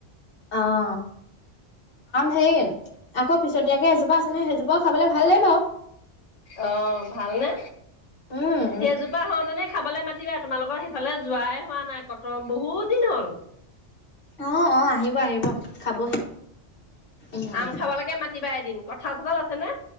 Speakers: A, on the left; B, on the left.
A: অ' <unintelligible> হেৰি আকৌ পিছতীয়াকে এজোপা আছেনে সেইজোপাও খাবলৈ ভালেই বাৰু।
B: অ' ভাল নে।
A: উম
B: সেইজোপা হওঁতেনে খাবলে মাতিবা তোমালোকৰ সেইফালে যোৱাই হোৱা নাই কতো বহুত দিন হ'ল।
A: অ', অ' আহিব, আহিব খাবহি। উম
B: আম খাবলৈকে মাতিবা এদিন, কঁঠাল চঠাল আছেনে?